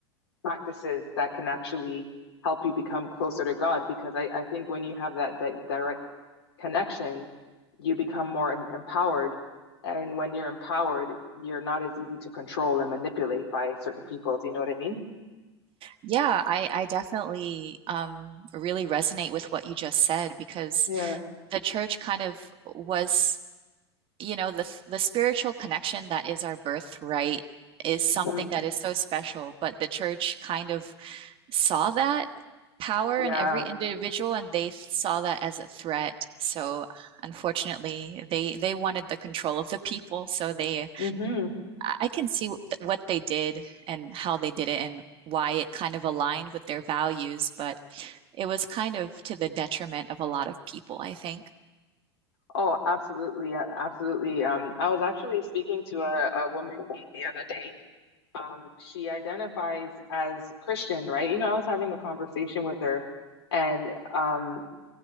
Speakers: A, on the left; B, on the right.
A: practices that can actually help you become closer to God. Because I, I think when you have that that direct connection, you become more em- empowered. And when you're empowered, you're not as easy to control and manipulate by certain people. Do you know what I mean?
B: Yeah, I, I definitely um, really resonate with what you just said because
A: Yeah.
B: the church kind of was, you know, the the spiritual connection that is our birthright is something
A: hmm
B: that is so special, but the church kind of saw that power
A: Yeah.
B: in every individual and they saw that as a threat. So unfortunately, they they wanted the control of the people, so they
A: hmm
B: I can see what they did and how they did it and why it kind of aligned with their values, but it was kind of to the detriment of a lot of people, I think.
A: Oh, absolutely. a- Absolutely. Um, I was actually speaking to a, a woman the other day um, she identifies as Christian, right? You know, I was having a conversation with her, and um,